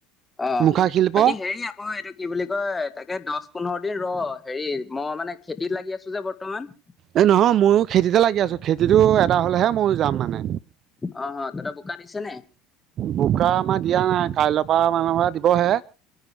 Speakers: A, on the left (about 15°); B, on the right (about 50°).
A: অ',
B: মুখা শিল্প
A: বাকী হেৰি আকৌ এইটো কি বুলি কয় তাকে দশ পোন্ধৰ দিন ৰ। হেৰি মই মানে খেতিত লাগি আছোঁ যে বৰ্তমান।
B: এই নহয় মইয়ো খেতিতে লাগি আছোঁ, খেতিটো এদাই হ'লেহে মইও যাম মানে।
A: অ' অ' তহঁতৰ বোকা দিছে নে?
B: বোকা আমাৰ দিয়া নাই, কাইলৰ পৰা মানৰ পৰা দিবহে।